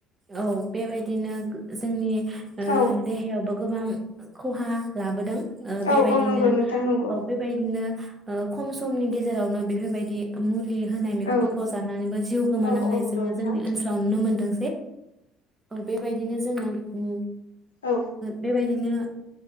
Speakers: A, on the right; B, on the left.
A: औ बेबायदिनो गो जोंनि ओ
B: औ
A: देहायावबो गोबां खहा लाबोदों ओ बेबायदिनो
B: औ औ नंगौ नोंथां नंगौ
A: औ बेबायदिनो ओ खम समनि गेजेरावनो बेफोरबायदि मुलि होनाय मेगंफोरखौ
B: औ
A: जानानैबो जिउ गोमानांनाय
B: औ औ नंगौ
A: जोङो
B: नोंथां
A: जोंनि ओनसोलाव नुनो मोनदों <unintelligible> बेबायदिनो जोङो उम
B: औ
A: बिराद बायदिनोनि